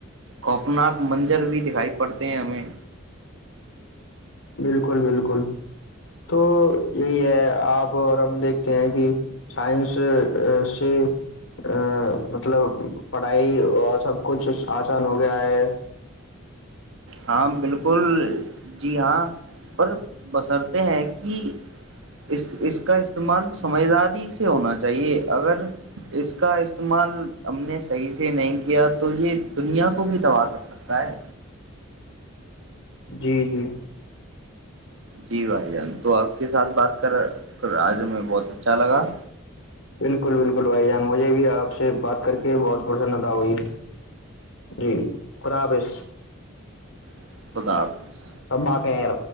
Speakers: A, on the right; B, on the left.
A: خوفناک منظر بھی دکھائی پڑتے ہیں ہمیں
B: بالکل بالکل تو یہی ہے آپ اور ہم دیکھتے ہیں کہ سائنس سے ا مطلب پڑھائی اور سب کچھ آسان ہو گیا ہے
A: ہاں بالکل جی ہاں پر بسرتے ہیں کہ اس اس کا استعمال سمجھداری سے ہونا چاہیے اگر اس کا استعمال ہم نے صحیح سے نہیں کیا تو یہ دنیا کو بھی تباہ کر سکتا ہے
B: جی جی
A: جی بھائی جان تو آپ کے ساتھ بات کر آج میں بہت اچھا لگا
B: بالکل بالکل بھائی جان مجھے بھی آپ سے بات کر کے بہت پرسنتا ہوئی جی خدا حافظ
A: <unintelligible>
B: چبااکیر